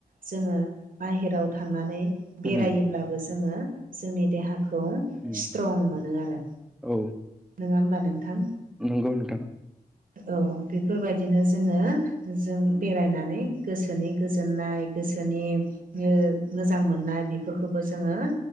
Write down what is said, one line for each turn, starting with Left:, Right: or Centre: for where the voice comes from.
Right: जोङो बाहेराव थांनानै बेरायो
Centre: उम
Right: बो जोङो जोंनि देहाखौ
Centre: उम
Right: स्ट्रं मोनो आरो
Centre: औ
Right: नङा होमबा नोंथां
Centre: नंगौ नोंथां
Right: औ बेफोरबायदिनो जोङो जों बेरायनानै गोसोनि गोजोननाय गोसोनि मोजां मोननाय बेफोरखौबो जोङो